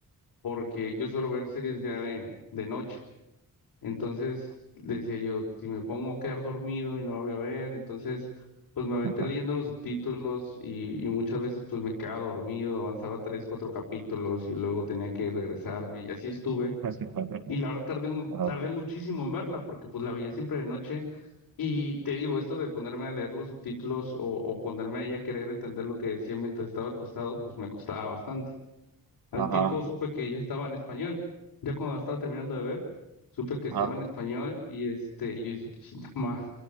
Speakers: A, on the left (about 80°); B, on the right (about 80°).
A: porque yo suelo ver series ya de, de noche. Entonces decía yo, si me pongo a quedar dormido y no la voy a ver, entonces pues me aventé
B: ajá,
A: leyendo
B: <laughs>
A: los subtítulos y, y muchas veces pues me quedaba dormido, avanzaba tres, cuatro capítulos y luego tenía que regresarme y así estuve
B: ajá,
A: y la verdad tardé, mu-
B: ajá,
A: tardé muchísimo en verla porque pues la veía siempre de noche y te digo, esto de ponerme a leer los subtítulos o, o ponerme ahí a querer entender lo que decía mientras estaba acostado, pues me costaba bastante. Al
B: ajá,
A: tiempo supe que ya estaba en español, ya cuando la estaba terminando de ver, supe que estaba
B: ajá.
A: en español y este, y yo dije, pues <laughs> no, ma".